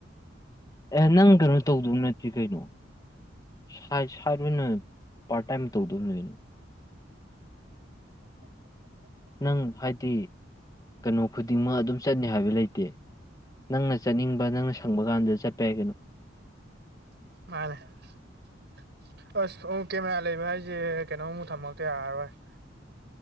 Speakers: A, on the left; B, on the right.
A: ꯑꯦ ꯅꯪ ꯀꯩꯅꯣ ꯇꯧꯗꯧ ꯅꯠꯇꯦ ꯀꯩꯅꯣ ꯁꯥꯏ ꯁꯥꯏꯠ ꯑꯣꯏꯅ ꯄꯥꯛ ꯇꯥꯢꯝ ꯇꯧꯗꯧꯅꯦ ꯀꯩꯅꯣ
B: <inaudible>
A: ꯅꯪ ꯍꯥꯏꯗꯤ ꯀꯩꯅꯣ ꯈꯨꯗꯤꯡꯃꯛ ꯑꯗꯨꯝ ꯆꯠꯅꯤ ꯍꯥꯏꯕ ꯂꯩꯇꯦ ꯅꯪꯅ ꯆꯠꯅꯤꯡꯕ ꯅꯪꯅ ꯁꯪꯕ ꯀꯥꯟꯗ ꯆꯠꯄ ꯌꯥꯏ ꯀꯩꯅꯣ
B: <unintelligible> ꯑꯁ ꯑꯣ ꯀꯦꯃꯦꯔꯥ ꯂꯩꯕ ꯍꯥꯏꯁꯦ ꯀꯩꯅꯣꯝꯃꯨꯛ ꯊꯝꯃꯛꯇ ꯌꯥꯔꯔꯣꯏ <inaudible>